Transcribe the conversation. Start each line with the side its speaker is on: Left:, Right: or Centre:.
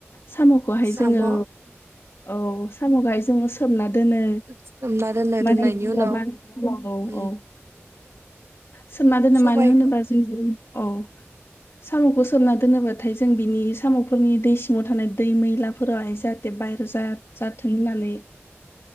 Left: साम'खौहाय
Right: साम'
Left: जोङो औ साम'खौहाय जोङो सोमना दोनो
Right: सोमना दोननो
Left: माने
Right: दोननायनि
Left: हगार
Right: उनाव
Left: औ
Right: उम
Left: औ सोमना दोनो
Right: सबायखौ
Left: मानो होनोबा जोंजों औ साम'खौ सोमना दोनोबाथाय जों बिनि साम'फोरनि दै सिङाव थानाय दै मैलाफोराहाय जा थेब बाहेर जा जाथों होननानै